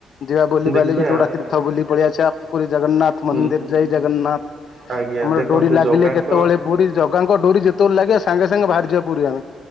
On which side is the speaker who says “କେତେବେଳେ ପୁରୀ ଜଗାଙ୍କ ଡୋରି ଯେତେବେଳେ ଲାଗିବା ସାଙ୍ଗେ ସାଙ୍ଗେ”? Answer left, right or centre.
Left